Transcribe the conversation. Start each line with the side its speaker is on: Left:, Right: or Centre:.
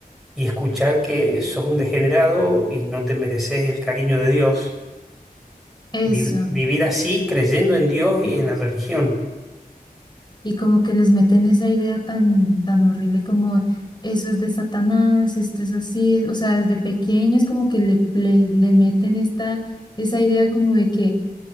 Centre: y escuchar que sos un degenerado y no te mereces el cariño de Dios,
Left: eso.
Centre: vi- vivir así creyendo en Dios y en la religión.
Left: Y como que les meten esa idea tan, tan horrible como eso es de Satanás, esto es así, es- o sea, desde pequeños como que le, le, le meten esta, esa idea como de que